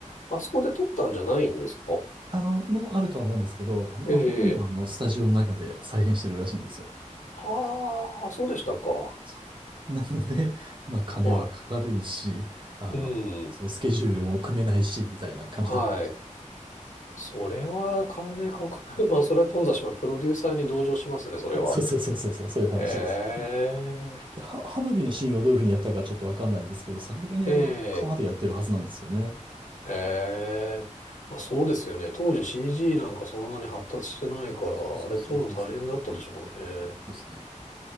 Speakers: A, on the left; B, on the right.
A: あそこで撮ったんじゃないんですか
B: あの、もうあるとは思うんですけど、あの、
A: ええ。
B: まあ、ほとんどはあの、スタジオの中で再現してるらしいんですよ。
A: はあ、そうでしたか。
B: そう <laughs> なので、まあ、金はかかるし、
A: は
B: あの、
A: い。うん。
B: そう、スケジュールも組めないし、みたいな感じだったんです。
A: はい。それは金かかる。<laughs> まあ、それは頓挫します。プロデューサーに同情しますね、それは。
B: <laughs> そうそうそうそうそう、そういう話です。
A: え
B: で、は、花火のシーンはどういうふうにやったかちょっとわかんないんですけど、さすがにあれは川でやってるはずなんですよね。
A: え、ええ、ええ。まあ、そうですよね。当時 CG なんかそんなに発達してないから、
B: そうそうそうそうそう。
A: あれ撮るの大変だったでしょうね。
B: そうですね。